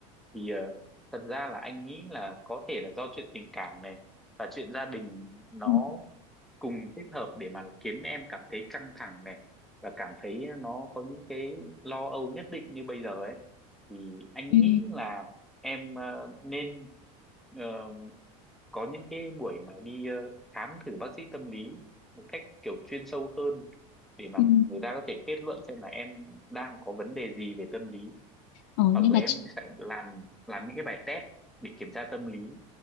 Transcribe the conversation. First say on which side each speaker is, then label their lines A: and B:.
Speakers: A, in the centre; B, on the left.
A: thì ờ, thật ra là anh nghĩ là có thể là do chuyện tình cảm này và chuyện gia đình nó
B: ừ,
A: cùng kết hợp để mà khiến em cảm thấy căng thẳng này và cảm thấy nó có những cái lo âu nhất định như bây giờ ấy thì anh
B: ừ.
A: nghĩ là em ờ, nên ờ, có những cái buổi mà đi ờ, khám thử bác sĩ tâm lý một cách kiểu chuyên sâu hơn để mà
B: ừ.
A: người ta có thể kết luận xem là em đang có vấn đề gì về tâm lý
B: Ờ,
A: hoặc
B: nhưng
A: là
B: mà
A: em cũng sẽ làm làm những cái bài test để kiểm tra tâm lý